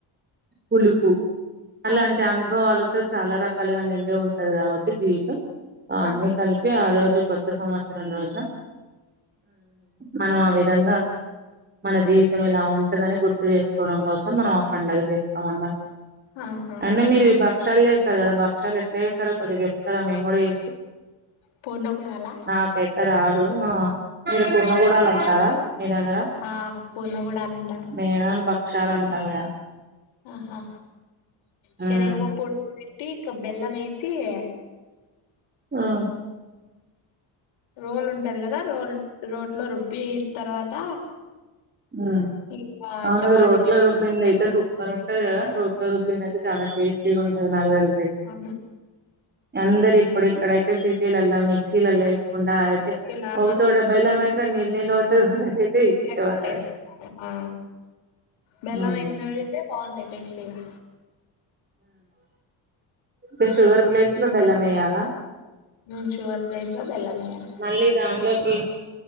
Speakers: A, on the right; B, on the left.
A: పులుపు అలాంటి
B: ఆ
A: అనుభవాలక్ తో చాలా రకాలుగా నిండి ఉంటది కాబట్టి జీవితం అ
B: ఆ
A: అన్ని కలిపి ఆ రోజుక్ కొత్త సంవత్సరం రోజున మనం ఆ విధంగా మన జీవితం ఇలా ఉంటదని గుర్తు చేసుకోవడం కోసం మనం ఆ పండుగ చేస్తామన్నమాట
B: ఆహా
A: అంటే
B: అవునా
A: మీరు ఈ భక్షాలు చేస్ ఆ బక్షాలు ఎట్లా చేస్తారో కొద్దిగా చెప్తారా మేము కూడా చేస్
B: పూర్ణ కూడాలా
A: నాకైతే రాదు ఆ మీరు కూడా నిమ్మకూడాలంటారా మీ దగ్గర
B: ఆ పూర్ణ కూడాలు అంటారు
A: మేమం బక్ టారంటా గూడా
B: ఆహా
A: మ్మ్
B: శనగపప్పు ఉడకపెట్టి ఇంక బెల్లం మేసి చియే
A: ఆహ్
B: రోల్ ఉంటది గదా రోల్ రోట్లో రుబ్బిన్ తర్వాత
A: హా
B: ఇంకా
A: అవును
B: చపాతి
A: రోట్ల
B: పిండి
A: రుబ్బింది
B: పెట్టి
A: అయితే సూపర్ ఉంటది కదా రోట్ల రుబ్బిందయితే చాలా టేస్టీగా ఉంటది నాకుతేలిసి
B: ఆ
A: అందరు ఇప్పుడిక్కడైతే ఇక్కడ సిటీలల్ల మిక్సీలల్ల ఏసి కుండాయితే
B: ఇలా
A: ఒకచోట బెల్లం ఎత్ <unintelligible> నీ లోటస్ అయితే ఇచ్చుండాల్సింది
B: చెక్క వేస్తా
A: <inaudible>
B: ఆ బెల్లం
A: ఉమ్
B: వేసిన విడిగితే పాలు బాగుంటాయి టేస్టీ గా
A: ఆ షుగర్ ప్లేస్ లో బెల్లం వెయ్యాలా
B: హుమ్ షుగర్ ప్లేస్ లో బెల్లం వెయ్యాలి
A: మళ్ళీ దానిలోకి